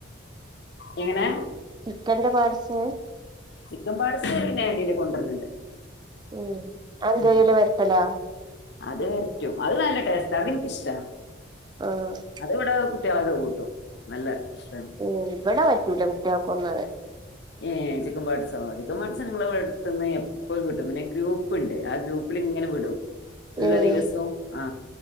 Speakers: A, on the left (about 60°); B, on the right (about 20°).
A: എങ്ങനെ
B: ചിക്കന്റെ പാട്സ്
A: ചിക്കൻ പാടസ് പിന്നെഎടീല് കൊണ്ടുവരലുണ്ട്
B: ഉം അത് എന്ത്യയ്യലാ
A: ഉം.
B: വരട്ടലാ
A: അത് വരറ്റും അത് നല്ല ടേസ്ററാ അത് എനിക്കിഷ്ടാ
B: ആഹ്
A: അത് ഇവിടെ കുട്ട്യാളൊക്കെ കൂട്ടും നല്ല ഇഷ്ടാണ്
B: ഉം ഇവിടെ പറ്റൂല കുട്ട്യാൾക്കൊന്നും അത്
A: ഏ ചിക്കൻ പാട്സോ ചിക്കൻ പാട്സ് നങ്ങളുടെ ഇവിടെ അടുത്ത്ന്ന് എപ്പഴും കിട്ടും പിന്നെ ഗ്രൂപ്പ് പ്പുണ്ട് ആ ഗ്രൂപ്പിൽ ഇങ്ങനെ വിടും എല്ലാ
B: ഏഹ്
A: ദിവസവും ആ